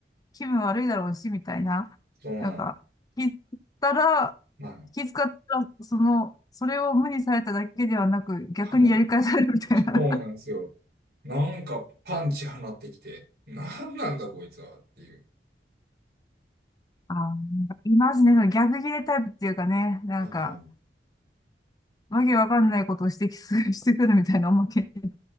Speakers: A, on the left; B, on the right.
A: 気分悪いだろうし、みたいな。
B: そうなん、
A: なんか、気づったら、
B: ま
A: 気遣ったら、その、それを無にされただけではなく、逆にやり返されるみたいな。
B: あ、はい。そうなんですよ。
A: <laughs>
B: なんかパンチ放ってきて、なんなんだこいつはっていう。
A: あー、なんかいますね。その逆ギレタイプっていうかね、なんか、
B: ああ、ね、
A: わけわかんないことを指摘する、<laughs> してくるみたいなおまけに。